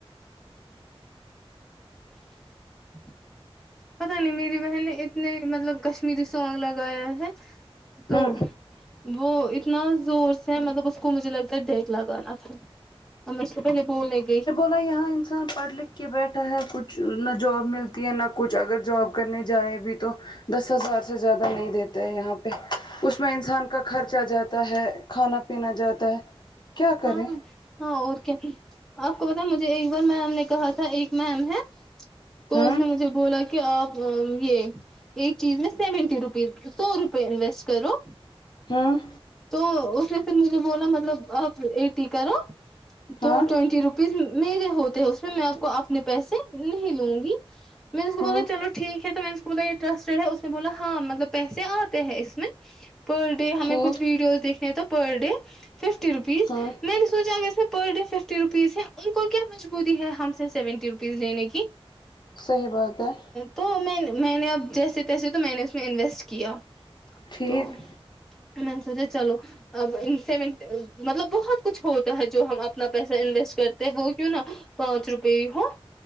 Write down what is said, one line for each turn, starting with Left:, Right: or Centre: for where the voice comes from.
Centre: <inaudible> پتا نہیں میری بہن نے اتنے مطلب کشمیری سانگ لگایا ہے تو
Left: ہوں
Centre: وہ اتنا زور سے ہے مطلب اس مجھے لگتا دیگ لگانا تھا اب میں اس کو پہلے بولنے گئی
Left: اتنا یہاں انسان پڑھ لکھ کے بیٹھا ہے کچھ نہ جوب ملتی ہے نہ کچھ اگر جاب کرنے جائے بھی تو دس ہزار سے زیادہ نہیں دیتا یہاں اس میں انسان کا خرچہ جاتا ہے کھانا پینا جاتا ہے کیا کریں
Centre: ہاں ہاں اور کیا آپ کو بتا مجھے ایک بار میم نے کہا تھا ایک میم ہے تو
Left: ہوں
Centre: اس نے مجھے بولا کے آپ یہ ایک چیز میں سیونٹی روپیز سو روپئے انویسٹ کرو
Left: ہوں
Centre: تو اس نے پھر مجھے بولا مطلب آپ ایٹی کرو تو
Left: ہاں
Centre: ٹوینٹی روپ میرے ہوتے ہیں اس میں میں آپ کو اپنے پیسے نہیں لوں گی میں نے اس کو بولا
Left: ہوں
Centre: چلو ٹھیک ہے تو میں نے اس کو بولا یہ ٹرسٹ ہے اس نے بولا ہاں مطلب پیسے آتے ہیں اس میں پر ڈے ہمیں
Left: ٹھیک
Centre: کچھ ویڈیوز دیکھنے تو پر ڈے ففٹی روپیز
Left: ہوں
Centre: میں نے سوچا اگر اس میں پر ڈے ففٹی روپیز ہے ان کو کیا مجبوری ہے ہم سے سیونٹی روپیز لینے کی
Left: صحیح بات ہے
Centre: تو میں میں نے اب جیسے تیسے تو میں نے اس میں انویسٹ کیا
Left: ٹھیک
Centre: تو میں نے سوچا چلو اب انم مطلب بہت کچھ ہوتا ہے جو ہم اپنا پیسہ انویسٹ کرتے ہیں وہ کیوں نہا پانچ روپی ہی ہو